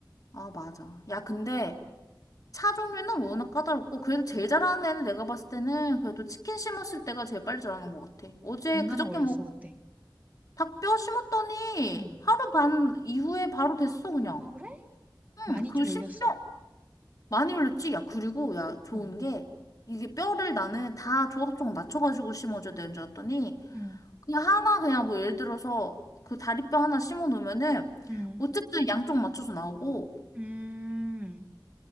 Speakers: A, on the left (about 45°); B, on the right (about 20°).
A: 아 맞아. 야 근데 차 종류는 워낙 까다롭고 그래도 제일 잘하는 애는 내가 봤을 때는 그래도 치킨 심었을 때가 제일 빨리 자라는 것 같아. 어제
B: 얼마나
A: 그저께
B: 걸렸어,
A: 먹
B: 그때?
A: 닭뼈 심었더니
B: 응.
A: 하루 반 이후에 바로 됐어 그냥.
B: 아, 그래? 많이
A: 응. 그리고
B: 좀
A: 심지어
B: 열렸어?
A: 많이 올렸지. 야 그리고 야 좋은
B: 응,
A: 게 이게 뼈를 나는 다 조각조각 맞춰가지고 심어줘야 되는 줄 알았더니
B: 응,
A: 그냥 하나 그냥 뭐 예를 들어서 그 다리뼈 하나 심어 놓으면은
B: 응,
A: 어쨌든 양쪽 맞춰서 나오고
B: 음.